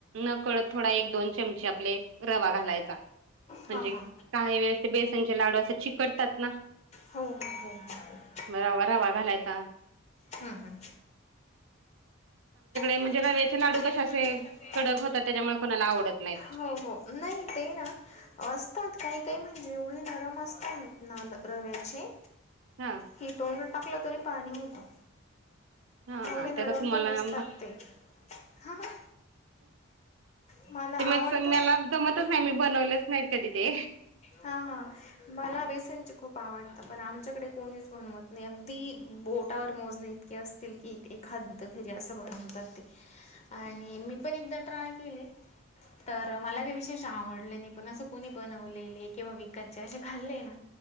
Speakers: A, on the right; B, on the left.
A: नकळत थोडा एक दोन चमचे आपले रवा घालायचा म्हणजे
B: हां हां.
A: काही वेळेस ते बेसनचे लाडू असे चिकडतात ना
B: हो हो हो हो हो
A: रवा रवा घालायचा
B: हम्म हम्म. आमच्याकडे
A: म्हणजे रव्याचे
B: म्हणजेमुळेव
A: लाडू कसे असे कडक होतात त्याच्यामुळे कोणाला आवडत नाहीत
B: हो नाही ते ना असतात काही काही म्हणजे एवढे नरम असतात ना रव्याचे
A: हा
B: हिटवून टाकलं तरी पाणी होतं
A: हा
B: एवढे नरम
A: त्याचा तुम्हाला
B: पण असतात
A: हा
B: ते. हा हा मला
A: ते म
B: आवडतात
A: मला जमतच नाही मी बनवलंच नाही कधी ते
B: हा हा मला बेसन खूप आवडत पण आमच्याकडे कोणीच बनवत नाही अगदी बोटावर मोज नाही असतील किी ते खाद फिरी असं बनवतात ते आणि मी पण एकदा ट्राय केले तर मला का विशेष आवडलं नाही पण असं कोणी बनवलेले किंवा विकचे असे खाल्लेय ना